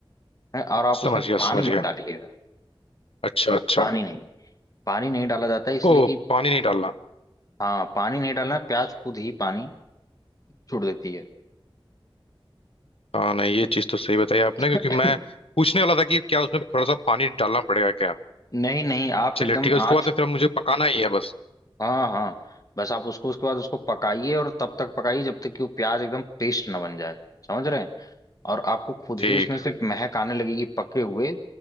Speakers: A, on the left; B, on the left.
A: हैं, और आप
B: समझ
A: उसमें
B: गया
A: पानी
B: समझ
A: मत
B: गया
A: डालिएगा
B: अच्छा अच्छा
A: पानी नहीं पानी नहीं डाला जाता है इसलिए
B: ओ
A: कि
B: पानी नहीं डालना
A: हाँ पानी नहीं डालना है, प्याज खुद ही पानी छोड़ देती है
B: हाँ नहीं ये
A: तो
B: चीज तो सही बताई आपने क्योंकि
A: <clears throat>
B: मैं पूछने वाला था कि क्या उसमें थोड़ा सा पानी डालना पड़ेगा क्या
A: नहीं नहीं आप
B: चलिए
A: एकदम
B: ठीक है उसके
A: आँच
B: बाद फिर मुझे पकाना ही है बस
A: हाँ हाँ बस आप उसको उसके बाद उसको पकाइए और तब तक पकाइए जब तक कि वो प्याज एकदम पेस्ट ना बन जाए समझ रहे हैं और आपको खुद
B: ठीक
A: ही उसमें से महक आने लगेगी पके हुए